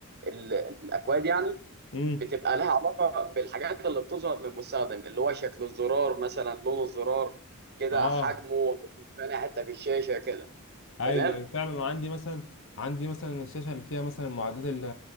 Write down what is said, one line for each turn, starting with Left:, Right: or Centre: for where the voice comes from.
Right: ال- الاكواد يعني
Left: امم
Right: بتبقى لها علاقة بالحاجات اللي بتظهر للمستخدم اللي هو شكل الزرار مثلا لون الزرار كده
Left: اه
Right: حجمه تاني حتة في الشاشة كده
Left: ايوه
Right: تمام
Left: أيوة، فعلا انا عندي مثلا عندي مثلا الشاشه اللي فيها مثلا المعدات اللي